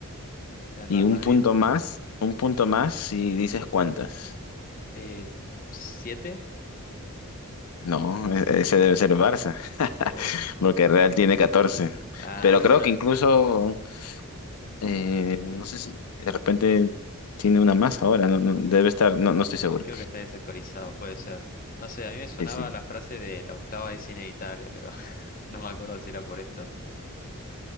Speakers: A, on the left (about 40°); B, on the left (about 80°).
A: el
B: Y
A: Real
B: un
A: Madrid.
B: punto más, un punto más si dices cuántas.
A: Eh, ¿siete?
B: No, e- ese
A: Uf,
B: debe ser el Barça, <laughs>
A: uf.
B: porque Real tiene catorce,
A: Ah,
B: Pero creo que incluso, eh, no sé si de repente tiene una más ahora, no, no, debe estar, no, no estoy
A: <laughs>
B: seguro.
A: creo que está desactualizado, puede ser. No sé, a mí me sonaba
B: Sí, sí.
A: la frase de la octava es inevitable, pero <laughs> no me acuerdo si era por esto.